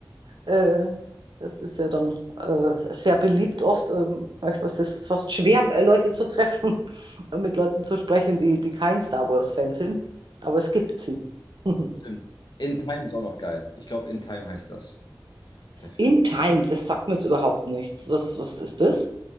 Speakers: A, on the right (about 75°); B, on the left (about 65°).
A: Äh, Das ist ja dann äh, sehr beliebt oft. Ähm, manchmal ist es fast schwer, äh, Leute zu treffen, <laughs> und mit Leuten zu sprechen, die, die kein Star Wars-Fan sind. Aber es gibt sie. <laughs>
B: stimmt. In Time ist auch noch geil. Ich glaube, In Time heißt das, der Film.
A: In Time, das sagt mir jetzt überhaupt nichts. Was, was ist das?